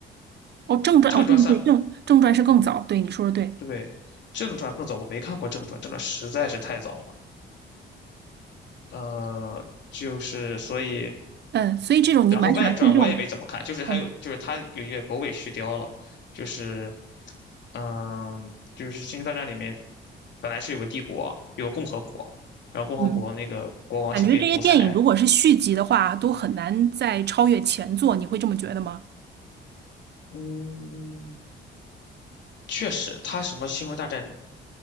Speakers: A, on the right; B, on the left.
A: 哦，正传哦，
B: 正传三
A: 对对对，正正传是更早，对你说的对，
B: 对，正传更早，我没看过正传，正传实在是太早了。呃，就是所以，
A: 嗯，所以这种你蛮喜欢看这种，
B: 然后外传我也没怎么看，就是还有就是它有一些狗尾续貂了，
A: 嗯
B: 就是嗯，就是《星球大战》里面本来是有个帝国，有个共和国，然后共和国那个国王想变独裁，
A: 嗯，感觉这些电影如果是续集的话，都很难再超越前作，你会这么觉得吗？
B: 嗯，确实他什么《星球大战》